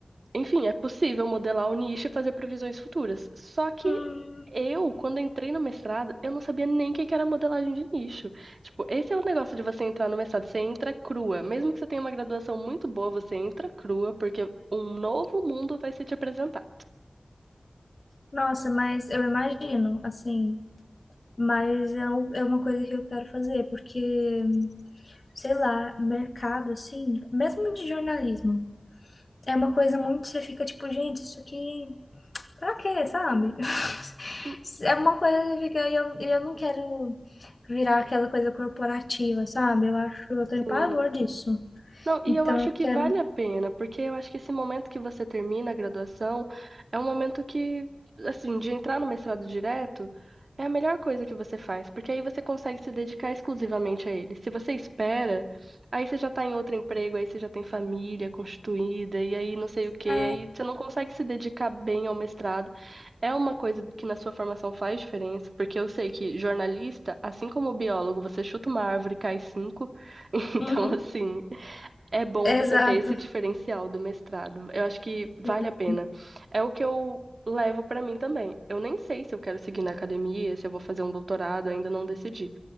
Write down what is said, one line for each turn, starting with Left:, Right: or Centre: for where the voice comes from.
Right: enfim, é possível modelar o nicho e fazer previsões futuras. Só que
Left: Hum,
Right: eu, quando entrei no mestrado, eu não sabia nem o que que era modelagem de nicho. Tipo, esse é o negócio de você entrar no mestrado, você entra crua. Mesmo que você tenha uma graduação muito boa, você entra crua, porque um novo mundo vai ser te apresentado.
Left: nossa, mas eu imagino, assim, mas é, um- é uma coisa que eu quero fazer, porque. sei lá, mercado, assim, mesmo de jornalismo. É uma coisa muito, você fica tipo, gente, isso aqui, pra quê, sabe? <laughs>
Right: Hum.
Left: É uma coisa que fica, e eu, e eu não quero virar aquela coisa corporativa, sabe? Eu acho, eu tenho
Right: hum.
Left: pavor disso.
Right: Não, e
Left: Então
Right: eu acho
Left: eu
Right: que
Left: quero.
Right: vale a pena, porque eu acho que esse momento que você termina a graduação é um momento que, assim, de entrar no mestrado direto é a melhor coisa que você faz, porque aí você consegue se dedicar exclusivamente a ele. Se você espera, aí você já tá em outro emprego, aí você já tem família constituída, e aí não sei o quê,
Left: É...
Right: aí você não consegue se dedicar bem ao mestrado. É uma coisa que na sua formação faz diferença, porque eu sei que jornalista, assim como biólogo, você chuta uma árvore e cai cinco. <laughs> Então,
Left: Uhum,
Right: assim. É bom
Left: exato.
Right: você ter esse diferencial do mestrado. Eu acho que vale
Left: Sim.
Right: a pena. É o que eu levo pra mim também. Eu nem sei se eu quero seguir na academia, se eu vou fazer um doutorado, ainda não decidi.